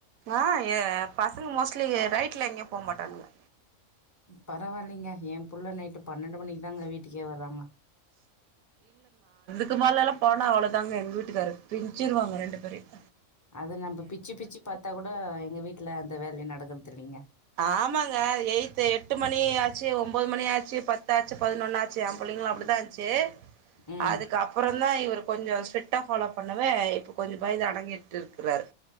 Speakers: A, on the right; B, on the left.
A: ஆஹ பசங்க மோஸ்ட்லி நைட்ல எங்கேயும் போக மாட்டானுங்க
B: பரவாயில்லைங்க என் புள்ள நைட்டு பன்னெண்டு மணிக்கு தாங்க வீட்டுக்கே வர்றாங்க
A: அது மாரி எல்லா போனா அவ்ளோதாங்க எங்க வீட்டுக்காரு பிஞ்சிருவாங்க ரெண்டு பேரயும்
B: அது நம்ப பிச்சி பிச்சி பாத்தா கூட எங்க வீட்ல அந்த வேலை நடக்குது கர்துதிலிங்க
A: ஆமாங்க எயித்து எட்டு மணி ஆச்சி ஒம்பது மணி ஆச்சி பத்தாச்சி பதினொன்னு ஆச்சி என் பிள்ளைங்களு அப்டிதா ஆச்சி
B: ம்
A: அதுக்கு அப்பறோ தா இவரு கொஞ்சோ ஸ்ட்ரிட்டா ஃபாலோ பண்ணவே இப்ப கொஞ்சோ பயந்து அடங்கீட்டு இருக்குறாரு